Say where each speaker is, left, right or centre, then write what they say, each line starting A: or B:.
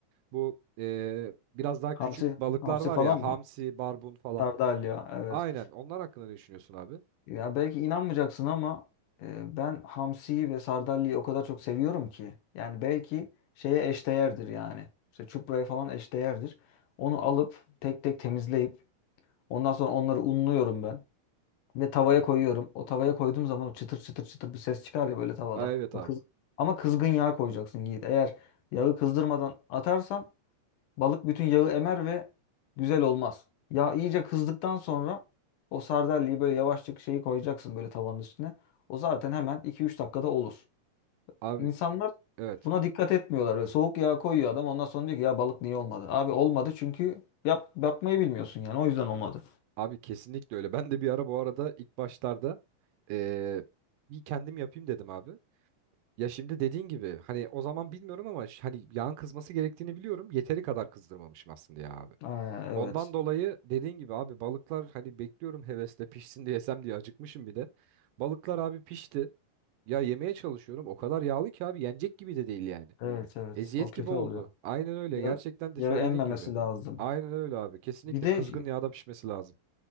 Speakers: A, on the right; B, on the left.
A: Bu eee, biraz daha
B: Hamsi,
A: küçük balıklar
B: hamsi
A: var
B: falan
A: ya
B: mı?
A: hamsi, barbun falan.
B: Sardalya. Evet.
A: Aynen onlar hakkında ne düşünüyorsun abi?
B: Ya belki inanmayacaksın ama e, ben hamsiyi ve sardalya o kadar çok seviyorum ki. Yani belki şeye eşdeğerdir yani. İşte çupraya falan eşdeğerdir. Onu alıp tek tek temizleyip ondan sonra onları unluyorum ben. Ve tavaya koyuyorum. O tavaya koyduğum zaman o çıtır çıtır çıtır bir ses çıkar ya böyle tavada.
A: Aa, Evet
B: O
A: abi.
B: kız... Ama kızgın yağ koyacaksın Yiğit. Eğer yağı kızdırmadan atarsan Balık bütün yağı emer ve güzel olmaz. Yağ iyice kızdıktan sonra o sardalyeyi böyle yavaşçık şeyi koyacaksın böyle tavanın üstüne. O zaten hemen iki üç dakikada olur.
A: Abi
B: İnsanlar
A: evet.
B: buna dikkat etmiyorlar. Böyle soğuk yağ koyuyor adam ondan sonra diyor ki ya balık niye olmadı? Abi olmadı çünkü yap, yapmayı bilmiyorsun yani o yüzden olmadı.
A: Abi kesinlikle öyle. Ben de bir ara bu arada ilk başlarda eee, bir kendim yapayım dedim abi. Ya şimdi dediğin gibi hani o zaman bilmiyorum ama ş- hani yağın kızması gerektiğini biliyorum. Yeteri kadar kızdırmamışım aslında ya abi.
B: Aa, evet.
A: Ondan dolayı dediğin gibi abi balıklar hani bekliyorum hevesle pişsin diye yesem diye acıkmışım bir de. Balıklar abi pişti. Ya yemeye çalışıyorum. O kadar yağlı ki abi yenecek gibi de değil yani.
B: Evet evet
A: Eziyet
B: o kötü
A: gibi oldu.
B: oluyor.
A: Aynen öyle.
B: Yağı,
A: Gerçekten de
B: yağı
A: söylediğin
B: emmemesi
A: gibi.
B: lazım.
A: Aynen öyle abi. Kesinlikle
B: Bir de
A: kızgın yağda pişmesi lazım.